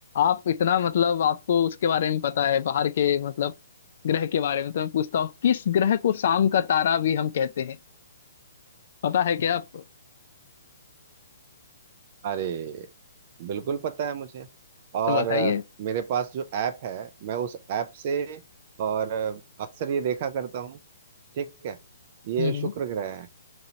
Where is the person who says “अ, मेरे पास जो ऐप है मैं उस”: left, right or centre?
Right